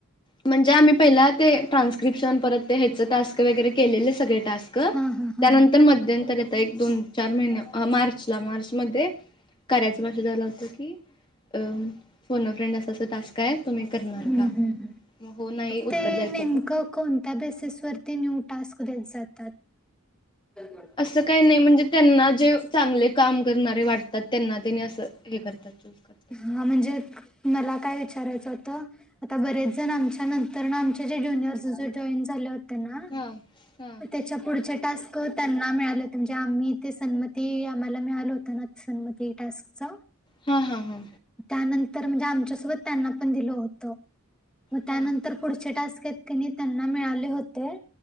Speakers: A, on the left; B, in the centre.
A: म्हणजे... आम्ही पहिला ते... ट्रान्स्क्रिप्शन, परत ते ह्याचं टास्क वगैरे... केलेले सगळे टास्क क...
B: हा हा हा
A: त्यानंतर, मध्यंतरी... आता एक दोन चार महिन्य... मार्चला.. मार्च मध्ये, कार्याचा मेसेज आला होता की अ... फोन अ फ्रेंड अस तसं टास्क हाये... तुम्ही करणार
B: हम्म
A: का?
B: हम्म
A: मग हो... नाई
B: ते
A: उत्तर द्यायचं
B: नेमकं
A: होतं
B: कोणत्या बेसस वरती न्यू टास्क देत जातात? <unintelligible>
A: असं काय नई... म्हणजे त्यांना... जे चांगले काम करणारे वाटतात त्यांना तेनी असं हे करतात... चूस करत-
B: हा... म्हणजे, मला काय विचारायचं होतं आता बरेच जण, आमच्या नंतरनं, आमच्या जे ज्युनियर्स जॉईन झाले होते ना
A: हा... हा
B: त्याच्या पुढचे टास्क त्यांना मिळाले होते... म्हणजे आम्ही ते.. सन्मती आम्हाला मिळालं होतं ना सन्मती टास्कचं
A: हा हा हा
B: त्यानंतर म्हणजे आमच्यासोबत... त्यांना पण दिलं होतं मग त्यानंतर
A: हा
B: पुढचे टास्क हेत कनी त्यांना मिळाले होते